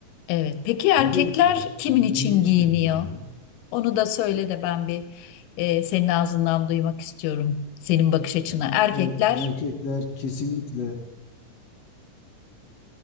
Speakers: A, on the left (about 85°); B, on the left (about 60°).
A: Evet. Peki erkekler
B: Ne gerek var?
A: kimin
B: Kendime
A: için
B: niye işkence
A: giyiniyor?
B: ediyorum?
A: Onu da söyle de ben bir e, senin ağzından duymak istiyorum. Senin bakış açına.
B: Yani
A: Erkekler.
B: ev- erkekler kesinlikle